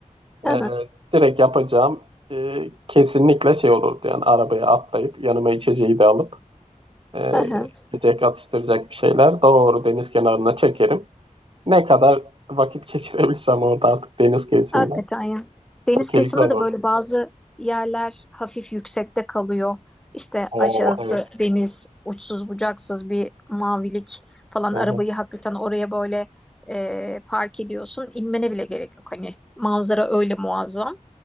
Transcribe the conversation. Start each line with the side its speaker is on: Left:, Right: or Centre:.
Centre: Hı
Right: Ee,
Centre: hı,
Right: direkt yapacağım e, kesinlikle şey olurdu. Yani arabaya atlayıp yanıma içeceği de alıp e,
Centre: hı hı.
Right: yiyecek atıştıracak bir şeyler doğru deniz kenarına çekerim. Ne kadar vakit <laughs> geçirebilirsem orada artık deniz kıyısında.
Centre: Hakikaten ya. Deniz
Right: Çok keyifli
Centre: kıyısında
Right: olur.
Centre: da böyle bazı yerler hafif yüksekte kalıyor. İşte
Right: Oo
Centre: aşağısı
Right: evet.
Centre: deniz, uçsuz bucaksız bir mavilik falan.
Right: Hı
Centre: Arabayı
Right: hı,
Centre: hakikaten oraya böyle e, park ediyorsun. İnmene bile gerek yok. Hani manzara öyle muazzam.